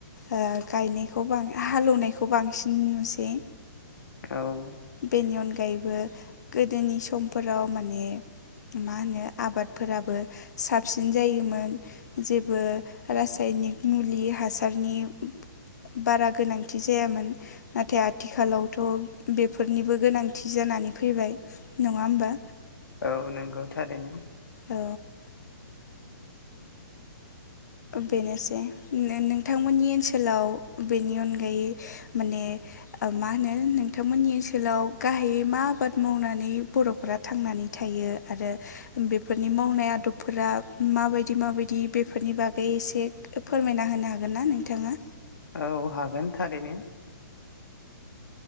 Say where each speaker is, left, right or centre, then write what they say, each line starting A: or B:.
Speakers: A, on the left (about 60°); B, on the left (about 80°).
A: ओ गायनायखौ बां हालेवनायखौ बांसिन नुसै
B: औ
A: बेनि अनगायैबो गोदोनि समफोराव माने मा होनो आबादफोराबो साबसिन जायोमोन जे बो रासायनिक मुलि हासारनि बारा गोनांथि जायामोन नाथाय आथिखालावथ' बेफोरनिबो गोनांथि जानानै फैबाय नङा होमबा
B: औ नंगौ थारैनो
A: औ बेनोसै नो नोंथांमोननि ओनसोलाव बेनि अनगायै माने ओ मा होनो नोंथांमोननि ओनसोलाव गाहायै मा आबाद मावनानै बर'फोरा थांनानै थायो आरो बेफोरनि मावनाय आदबफोरा माबायदि माबायदि बेफोरनि बाग बे एसे फोरमायना होनो हागोन ना नोंथाङा?
B: औ हागोन थारैनो